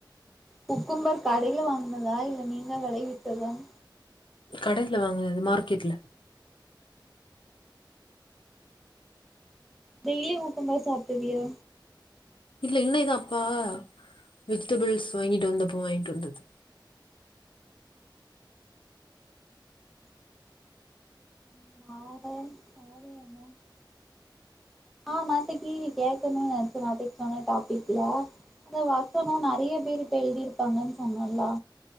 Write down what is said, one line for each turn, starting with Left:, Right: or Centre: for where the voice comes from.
Centre: குக்கும்பர் கடையில வாங்குனதா இல்ல நீங்க வெளைவிட்டதான்
Left: கடையில வாங்குனது மார்க்கெட்ல
Centre: டெய்லி குக்கும்பர் சாப்ட்ருவியா
Left: இல்ல இன்னு அப்பா வெஜிடபிள்ஸ் வாங்கிட்டு வந்தப்போ வாங்கிட்டு வந்தது
Centre: <unintelligible> ஆமா நேத்தகி கேக்கணு நெனச்ச நேத்தக்கு சொன்ன டாபிக்ல அத வசனோ நறைய பேரு இப்ப எழுதிருப்பாங்கன் சொன்னோல்லா